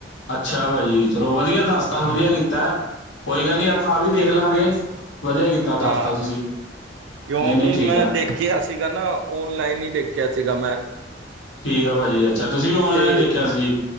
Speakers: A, on the left (about 75°); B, on the right (about 80°).
A: ਅੱਛਾ ਭਾਜੀ ਚਲੋ ਵਧੀਆ ਦੱਸ ਤ
B: ਹੂੰ
A: ਵਧੀਆ ਕੀਤਾ। ਕੋਈ ਗੱਲ ਨਹੀਂ ਆਪਾਂ ਆ ਵੀ ਦੇਖ ਲਵਾਂਗੇ ਵਧੀਆ ਕੀਤਾ
B: ਹਾਂ
A: ਦੱਸ ਤ ਤੁਸੀਂ।
B: ਕਿਉਂਕਿ
A: ਨਹੀਂ ਨਹੀਂ ਠੀਕ
B: ਮੈਂ
A: ਆ
B: ਦੇ ਸੀਗਾ ਨਾ ਓਨਲਾਈਨ ਹੀ ਦੇਖਿਆ ਸੀਗਾ ਮੈਂ।
A: ਠੀਕ ਆ ਭਾਜੀ ਅੱਛਾ ਤੁਸੀਂ ਵੀ ਔਨਲਾਈਨ
B: ਤੇ
A: ਹੀ ਦੇਖਿਆ ਸੀ ਜੀ